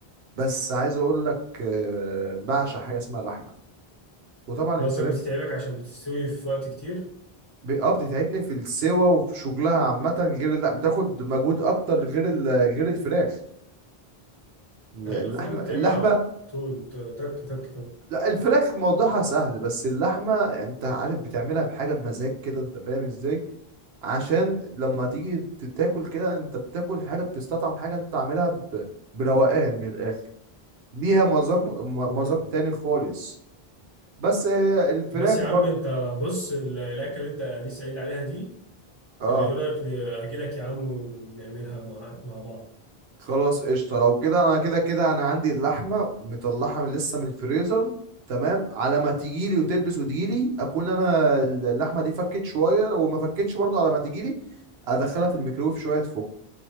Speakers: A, on the right (about 80°); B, on the left (about 25°).
A: بس عايز اقول لك آه، بعشق حاجه اسمها لحمه وطبعا
B: أنت
A: الفراخ
B: قصدك بتتعبك عشان بتستوي في وقت كتير
A: ب- اه بتتعبني في السوا وفي شغلها عامة غير لا بتاخد مجهود أكتر غير ال- غير الفراخ اللحمة
B: ايوه الفراخ بتعمل
A: اللحمة
B: على طول ت- تك تك تك
A: لا الفراخ موضوعها سهل بس اللحمة أنت عارف بتعملها بحاجة بمزاج كده أنت فاهم إزاي عشان لما تيجي ت- تاكل كده أنت بتاكل حاجة بتستطعم حاجة أنت عاملها ب- بروقان من الآخر ليها مذاق م-
B: ايوه
A: مذاق تاني خالص بس آه، الفراخ
B: خلاص يا
A: برضه
B: عم انت بص ال- الاكل اللي انت لسه قايل عليها دي
A: اه
B: آه، ايه رايك اجي لك يا عم ونعملها مع مع بعض
A: خلاص قشطة لو كده انا كده كده انا عندي اللحمة مطلعها لسه من الفريزر تمام على ما تجيلي وتلبس وتجيلي اكون انا اللحمة دي فكت شوية لو ما فكتش برضو على ما تجيلي ادخلها في الميكرويف شوية تفك